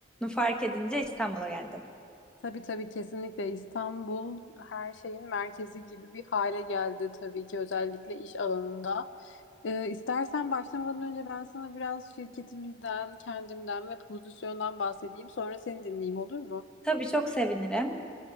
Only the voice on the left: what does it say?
Tabii tabii kesinlikle İstanbul her şeyin merkezi gibi bir hale geldi tabii ki özellikle iş alanında. Ee, istersen başlamadan önce ben sana biraz şirketimizden, kendimden ve pozisyondan bahsedeyim. Sonra seni dinleyeyim olur mu?